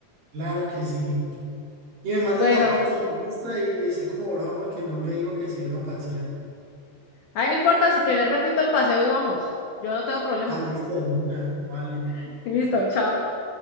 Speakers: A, on the right (about 50°); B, on the left (about 70°).
A: claro que sí. Y me manda
B: Bueno,
A: las fotos, me muestra y y estoy como bravo porque no me dijo que se iba a pasear.
B: ay, no importa, si quieres repito el paseo y vamos. Yo no tengo problema.
A: Ah, listo, de una, vale.
B: <laughs> Listo, chao.